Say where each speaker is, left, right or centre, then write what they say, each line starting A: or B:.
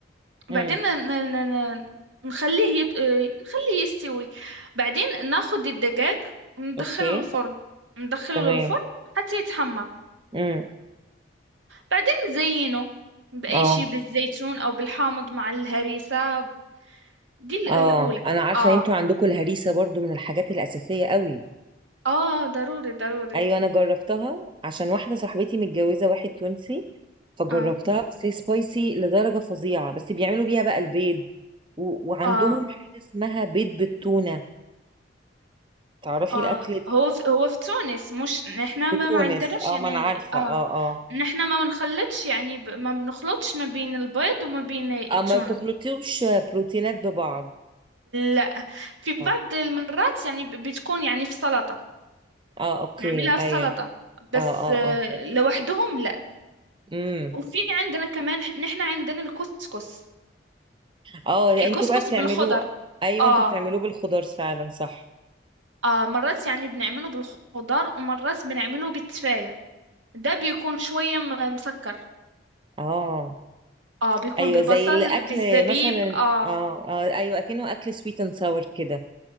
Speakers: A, on the right; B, on the right.
A: بعدين
B: امم
A: ن... ن... ن... ن- نخليه يط... آه، نخليه يستوي بعدين ناخد الدجاج وندخله
B: اوكي
A: الفرن ندخله
B: تمام
A: للفرن حتى يتحمر
B: امم
A: بعدين نزينه بأي
B: اه
A: شيء بالزيتون أو بالحامض مع الهريسة دي ال-
B: اه
A: الأولى
B: انا عارفة
A: اه
B: انتوا عندكم الهريسة برضو من الحاجات الأساسية قوي
A: اه ضروري ضروري
B: ايوه انا جربتها عشان واحدة صاحبتي متجوزة واحد تونسي فجربتها
A: اه
B: بس هي سبايسي لدرجة فظيعة بس بيعملوا بيها بقى البيض و... وعندهم
A: اه
B: حاجة اسمها بيض بالتونة تعرفي
A: اه
B: الأكلة دي
A: هو في هو في تونس مش نحنا
B: بتونس
A: ما ما عندناش
B: اه
A: يعني
B: ما انا عارفة
A: اه
B: اه اه
A: نحنا ما بنخلطش يعني ب... ما بنخلطش ما بين البيض وما بين التونة
B: اه ما بتخلطيوش بروتينات ببعض
A: لا في بعض
B: آه.
A: المرات يعني ب- بتكون يعني في سلطة
B: اه اوكي
A: نعملها في
B: ايوه
A: سلطة بس
B: اه اه
A: آه
B: اه
A: لوحدهم لا
B: امم
A: وفي عندنا كمان ح- نحنا عندنا الكسكس
B: اه
A: الكسكس
B: انتوا بقى بتعملوه
A: بالخضر
B: ايوه
A: اه
B: انتوا بتعملوه بالخضار فعلا صح
A: اه مرات يعني بنعمله بالخضار ومرات بنعمله بالتفاية ده بيكون شوية م- مسكر
B: اه
A: اه بيكون
B: ايوه
A: بالبصل
B: زي الاكل
A: بالزبيب
B: مثلا
A: اه
B: اه اه ايوه اكنه اكل سويت اند ساور كده